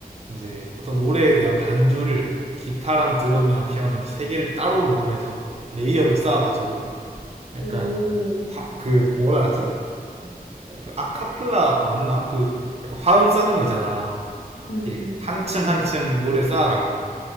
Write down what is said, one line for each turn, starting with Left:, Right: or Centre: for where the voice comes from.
Right: 이제 어떤 노래에 대한 반주를 기타랑 드럼이랑 피아노를 세 개를 따로 녹음해서 레이어를 쌓아가지고 약간
Left: 오, 음,
Right: 화- 그 뭐라 하지? 그 아카펠라 맞나? 그 약간 화음 쌓는 거 있잖아.
Left: 음,
Right: 예. 한층 한층 노래 쌓아가는 거.